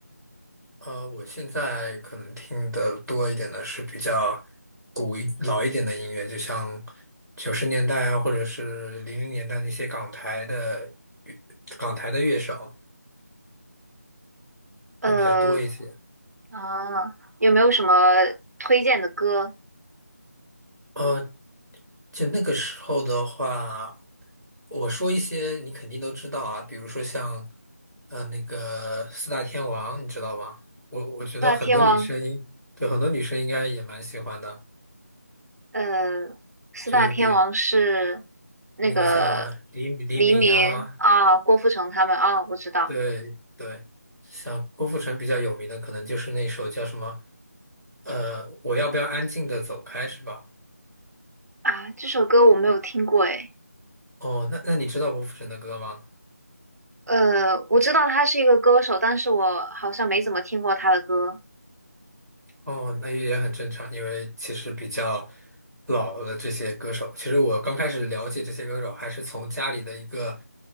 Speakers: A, in the centre; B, on the right (about 65°).
A: 呃，我现在可能听的多一点的是比较古一老一点的音乐，就像九十年代啊，或者是零零年代那些港台的港台的乐手
B: 呃，
A: 会比较多一些。
B: 啊，有没有什么推荐的歌？
A: 呃。就那个时候的话，我说一些你肯定都知道啊，比如说像，呃，那个四大天王，你知道吗？我我觉得很多女生应，
B: 四大天王，
A: 对，很多女生应该也蛮喜欢的，
B: 呃，四大天王是
A: 就是比
B: 那个
A: 那个像黎黎明啊，
B: 黎明啊，郭富城他们啊，我知道
A: 对对，像郭富城比较有名的，可能就是那首叫什么，呃，我要不要安静的走开，是吧？
B: 啊，这首歌我没有听过诶，
A: 哦，那那你知道郭富城的歌吗？
B: 呃，我知道他是一个歌手，但是我好像没怎么听过他的歌
A: 哦，那也很正常，因为其实比较老的这些歌手，其实我刚开始了解这些歌手，还是从家里的一个